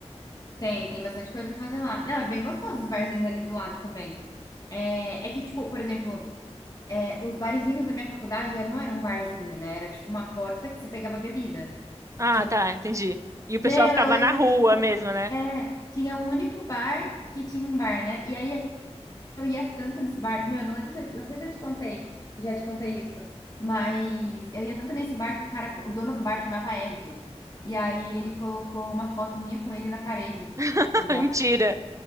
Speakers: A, on the left (about 35°); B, on the right (about 25°).
A: tem, tem bastante coisa pra fazer lá. Não, é bem gostoso os barzinhos ali do lado também. É, é que, tipo, por exemplo. é, os barzinhos da minha faculdade é, não era um barzinho, né? Era tipo uma porta que você pegava bebida.
B: Ah,
A: Tipo,
B: tá,
A: <laughs>
B: entendi. E o pessoal
A: meu,
B: ficava
A: eu lembro
B: na rua
A: que, tipo,
B: mesmo, né?
A: é, tinha um único bar que tinha um bar, né? E aí eu ia tanto nesse bar. Meu, não lembro se eu, não sei se eu te contei, já te contei isso, mas eu ia tanto nesse bar que o cara, o dono do bar chamava Ed. E aí ele colocou uma foto minha com ele na parede
B: <laughs>
A: do bar.
B: Mentira,